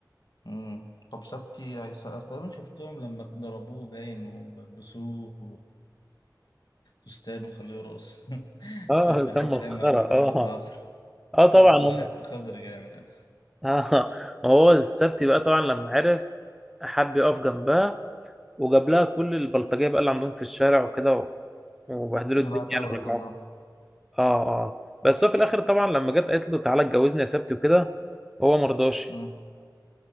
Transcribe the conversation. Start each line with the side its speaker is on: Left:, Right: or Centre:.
Left: مم. طب سبتي هيسقف تقريبا تقريبا شفتهم لما ضربوه باين ولبسوه فستان وخلوه رقص <laughs>
Centre: اه
Left: شفت
Centre: <laughs>
Left: الحته
Centre: كان مسخرة
Left: اللي لما قال له تعالى
Centre: اه
Left: وقت العصر <laughs>
Centre: اه طبعا
Left: آه، بحب
Centre: هم
Left: خضر جامد انا
Centre: <laughs> اه ما هو السبت بقى طبعا لما عرف حب يقف جنبها وجاب لها كل البلطجيه بقى اللي عندهم في الشارع وكده وبهدلوا الدنيا
Left: العتاولة
Centre: يعني ورجعوه
Left: كلهم
Centre: اه اه بس هو في الاخر طبعا لما جت قالت له تعالى اتجوزني يا سبتي وكده هو ما رضاش
Left: مم.